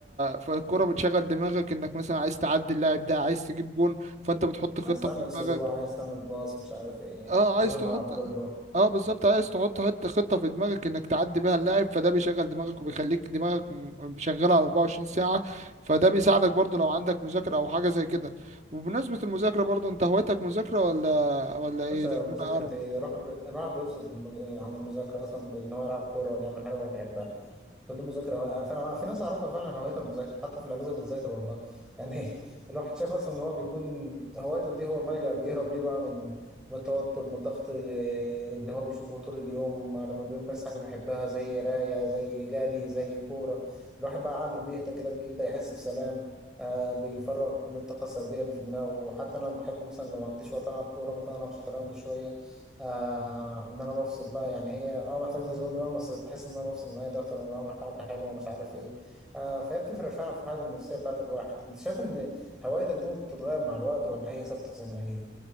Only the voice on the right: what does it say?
فالكوره بتشغل دماغك انك مثلا عايز تعدي اللاعب ده عايز تجيب جون فانت بتحط خطه
في دماغك
اه
عايز
تحط
اه بالظبط عايز تحط حته خطه في دماغك انك تعدي بيها اللاعب فده بيشغل دماغك وبيخليك دماغك م- شغاله على 24 ساعه فده بيساعدك برضو لو عندك مذاكره او حاجه زي كده وبمناسبه المذاكره برضو انت هوايتك مذاكره ولا ولا ايه
لان انا اعرف